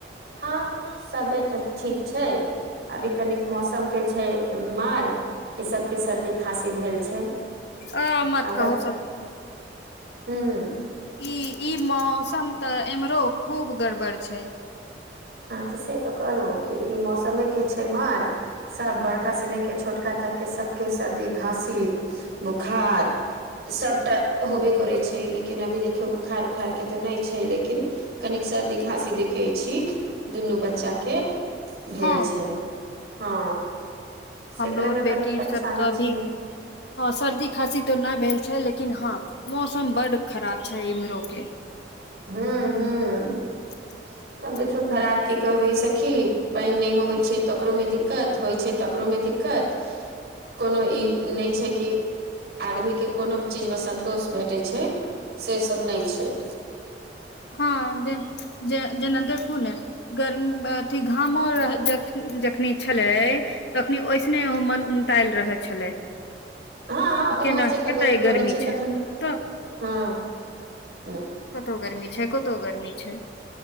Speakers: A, on the right; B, on the left.
A: हँ सबे एतय ठीक छैय अभी कनिक मौसम के छैय मार कि सब के सर्दी खासी भेल छैय
B: अ मत
A: आ ब
B: कहू
A: हुँ
B: इ इ मौसम तऽ एम्हरो खुब गड़बड़ छैय।
A: हँ तऽ से तऽ कहलौं कि इ मौसमेके छैय मार सब बड़कास लेके छोटका तकके सबके सर्दी खासी बोखार सबटा होबे करैय छैय लेकिन अभी देखियौ बोखार उखारके तऽ नै छैय लेकिन कनिक सर्दी खासी देखैय छी। दुनु बच्चा के भेल
B: हँ
A: छैय हँ। सेकरे
B: हमरो
A: मे
B: आर बेटी
A: कनिक परेशानी
B: सब तऽ अभी
A: छियै
B: ह सर्दी खासी त नै भेल छैय लेकिन हँ मौसम बड्ड खराब छैय इमहरोके
A: हूँ हूँ
B: <inaudible>
A: अब देखियौ खराब की कहबैय यै सखी पाइन नै होय छैय तकरोमे दिक्कत होइ छैय तकरोमे दिक्कत दिक्कत कोनो ई नै छैय कि आदमी के कोनो चीज में संन्तोष भेटेय छैय से सब नै छैय
B: हाँ जे जे जेना देखु नै गरम अथी घामो रहैय जखनी छलैय तखनी ओएसने ओ मन उमतायल रहैय छलैय
A: हँ
B: इ
A: उमस
B: केना
A: जे
B: कतय
A: रहै
B: गर्मी
A: छै
B: छैय
A: तखन
B: तऽ
A: हँ ह
B: कतो गर्मी छैय कतौ गरमी छैय